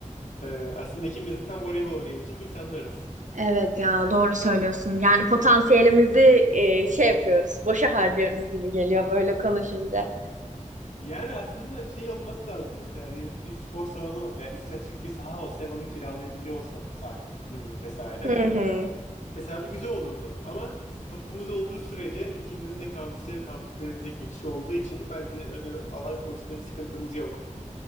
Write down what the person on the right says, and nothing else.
Evet ya doğru söylüyorsun. Yani potansiyelimizi e, şey yapıyoruz, boşa harcıyoruz gibi geliyor böyle konuşunca.
Hı hı.